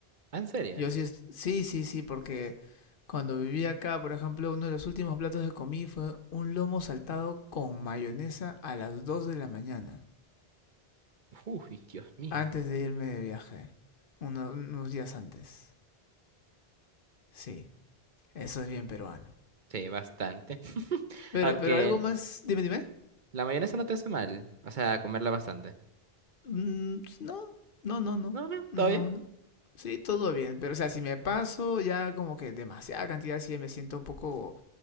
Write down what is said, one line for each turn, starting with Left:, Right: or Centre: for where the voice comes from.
Right: Ah, ¿En serio?
Left: Yo sí, est- sí, sí, sí, porque cuando viví acá, por ejemplo, uno de los últimos platos que comí fue un lomo saltado con mayonesa a las 2 de la mañana,
Right: Uy, Dios mío.
Left: antes de irme de viaje, uno- unos días antes. Sí, eso es bien peruano.
Right: Sí, bastante. <laughs>
Left: Pero,
Right: Aunque
Left: pero algo más, dime, dime.
Right: La mayonesa no te hace mal, o sea, comerla bastante.
Left: Mm, pues, no, no, no, no,
Right: No, no,
Left: no.
Right: todo bien.
Left: Sí, todo bien, pero o sea, si me paso ya como que demasiada cantidad, sí me siento un poco